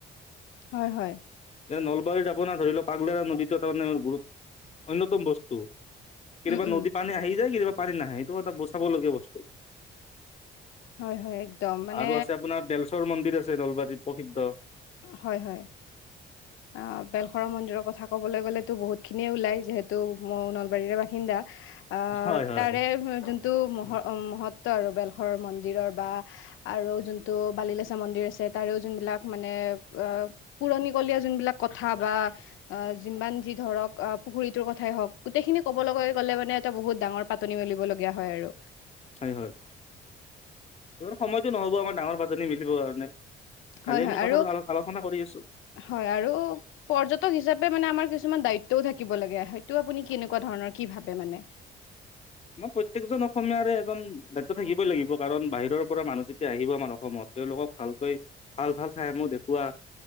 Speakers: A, on the left (about 85°); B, on the left (about 30°).
A: হয়, হয়
B: নলবাৰীত আপোনাৰ ধৰি লওক পাগলাদিয়া নদীটো তাৰমানে অন্যতম বস্তু। কেতিয়াবা
A: উম উম
B: নদী পানী আহি যায়, কেতিয়াবা পানী নাহে, এইটো এটা বচাবলগীয়া বস্তু।
A: হয় হয় একদম মানে
B: আৰু আছে আপোনাৰ বেলচৰ মন দিৰ‌ আছে নলবাৰীত প্ৰসিদ্ধ।
A: হয়, হয়। অ', বেলখৰা মন্দিৰৰ কথা ক'বলৈ গ'লেতো বহুতখিনিয়ে ওলাই যিহেতু ময়ো নলবাৰীৰে বাসিন্দা। অ',
B: হয় হয়
A: তাৰে যোনটো মহ-অ', মহৎ ত, আৰু বেলখৰৰ মন্দিৰৰ বা আৰু যোনটো বালিলেচৰ মন্দিৰ আছে, তাৰেও যোনবিলাক মানে অ', পুৰণিকলীয়া যোনবিলাক কথা বা অ', যিমান যি ধৰক অ', পুখুৰীটোৰ কথ হওঁক, গোটেইখিনি ক'বলৈ গ'লে মানে, এটা বহুত ডাঙৰ পাতনি মেলিবলগীয়া হয়, আৰু।
B: হয়, হয়, সময়টো নহ'ব, আমাৰ ডাঙৰ পাতনি মেলিবৰ কাৰণে। কালি
A: হয়
B: আমি
A: হয়
B: কথাটো
A: আৰু
B: আলো-আলোচনা কৰি আছো
A: হয়, আৰু পৰ্যটক হিচাপে মানে আমাৰ কিছুমান দায়িত্বয়ো থাকিব লাগে, হেইটো আপুনি কিনিক কোৱা ধৰণৰ কি ভাবে মানে?
B: প্ৰত্যকজন অসমীয়াৰে এজন দায়িত্ব থাকিবই লাগিব, কাৰণ বাহিৰৰ পৰা মানুহ যেতিয়া আহিব আমাৰ অসমত তেওঁলোকক ভালকৈ ভাল, ভাল ঠাইসমূহ দেখুওৱা।